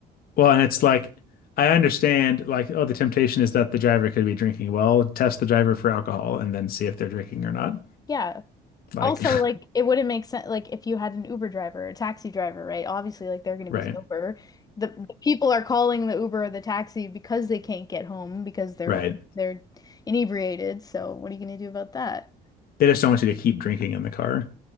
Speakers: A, on the left (about 60°); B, on the left (about 20°).
A: Well, and it's like I understand like oh the temptation is that the driver could be drinking. Well, test the driver for alcohol and then see if they're drinking or not.
B: Yeah.
A: Like
B: Also, like it wouldn't make sense like if you had an Uber driver or a taxi driver, right? Obviously, like they're gonna
A: <laughs>
B: be sober.
A: right.
B: The, the people are calling the Uber or the taxi because they can't get home because they're
A: Right.
B: they're inebriated. So what are you gonna do about that?
A: They just don't want you to keep drinking in the car.